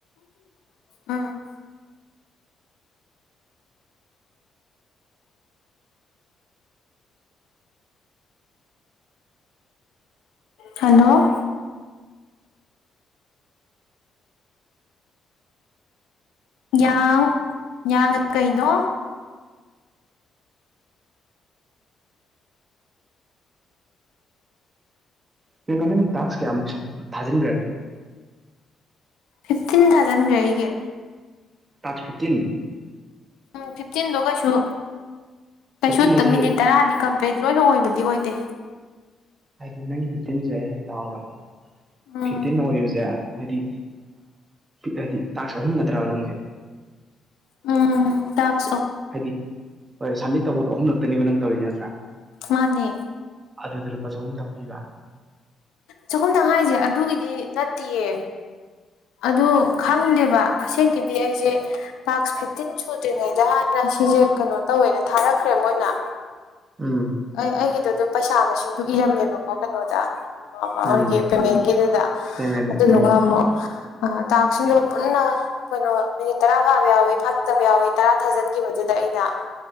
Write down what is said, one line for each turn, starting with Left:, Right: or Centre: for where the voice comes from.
Left: ꯎꯝ ꯍꯂꯣ ꯌꯥ ꯌꯥꯥꯡ ꯀꯩꯅꯣ
Right: ꯅ ꯀꯃꯪꯒꯤ ꯇꯥꯛꯁ ꯀꯌꯥꯃꯨꯛ ꯊꯥꯖꯤꯟꯈ꯭ꯔꯒꯦ
Left: ꯐꯤꯐꯇꯤꯟ ꯊꯥꯎꯖꯟꯈ꯭ꯔ ꯑꯩꯒꯤ
Right: ꯇꯥꯆ ꯐꯤꯞꯇꯤꯟ
Left: ꯎꯝ ꯐꯤꯐꯇꯤꯟꯗꯣ ꯀꯩꯁꯨ ꯀꯩꯁꯨ
Right: ꯐꯤꯐꯇꯤꯟ ꯍꯥꯏꯁꯦ
Left: ꯃꯤꯅꯤꯠ ꯇꯔꯥꯗꯤ ꯀꯝ ꯄ꯭ꯂꯦꯠ ꯂꯣꯏꯅ ꯑꯣꯏꯕꯗꯤ ꯑꯣꯏꯗꯦ
Right: ꯍꯥꯏꯗꯤ ꯅꯪꯒꯤ ꯐꯤ ꯇꯤꯟꯖꯦ ꯍꯥꯏꯒꯦ ꯇꯥꯛꯑꯣꯕ
Left: ꯎꯝ
Right: ꯐꯤꯐꯇꯤꯟ ꯑꯣꯏꯕꯁꯦ ꯍꯥꯏꯗꯤ ꯍꯥꯏꯗꯤ ꯇꯥꯛꯁ ꯑꯍꯨꯝ ꯅꯠꯇ꯭ꯔꯕ ꯅꯪꯁꯦ
Left: ꯎꯝ ꯇꯥꯛ
Right: ꯍꯥꯏꯗꯤ ꯍꯣꯏ ꯁꯝꯃꯤꯠ ꯇꯧꯕꯗꯣ ꯑꯍꯨꯝꯂꯛꯇꯅꯦꯕ ꯅꯪ ꯇꯧꯔꯤꯁꯦ ꯅꯠꯇ꯭ꯔꯥ
Left: ꯃꯥꯅꯦ
Right: ꯑꯗꯨꯗꯤ ꯂꯨꯄꯥ ꯆꯍꯨꯝꯇꯪ ꯄꯤꯕ
Left: ꯆꯈꯨꯝ ꯇꯪꯍꯥꯏꯁꯦ ꯑꯗꯨꯒꯤꯗꯤ ꯅꯠꯇꯦꯌꯦ ꯑꯗꯨ ꯈꯪꯗꯦꯕ ꯑꯁꯦꯡꯒꯤꯗꯤ ꯑꯩꯁꯦ ꯇꯥꯛꯁ ꯐꯤꯐꯇꯤꯟ ꯁꯨꯗ꯭ꯔꯤꯉꯩꯗ ꯍꯥꯏꯥꯟꯅ ꯁꯤꯁꯦ ꯀꯩꯅꯣ ꯇꯧꯋꯦꯅ ꯊꯥꯔꯛꯈ꯭ꯔꯦ ꯃꯣꯏꯅ
Right: ꯎꯝ
Left: ꯑꯩ ꯑꯩꯒꯤꯗꯣ ꯑꯗꯨꯝ ꯄꯩꯁꯥ ꯃꯁꯤꯡꯗꯣ ꯏꯔꯝꯃꯦꯕꯀꯣ ꯀꯩꯅꯣꯗ ꯃꯣꯏꯒꯤ
Right: ꯎꯝ
Left: ꯄꯦꯃꯦꯟꯒꯤꯗꯨꯗ
Right: ꯄꯦꯃꯦꯟꯗ
Left: ꯑꯗꯨꯗꯨꯒ
Right: ꯎꯝ
Left: ꯑꯃꯨꯛ ꯑ ꯇ ꯑꯁꯤꯗ ꯄꯨꯟꯅ ꯀꯩꯅꯣ ꯃꯤꯅꯤꯠ ꯇꯔꯥ ꯐꯥꯕ ꯌꯥꯎꯏꯤ ꯐꯥꯠꯇꯕ ꯌꯥꯎꯏ ꯇꯔꯥ ꯊꯥꯖꯤꯟꯈꯤꯕꯗꯨꯗ ꯑꯩꯅ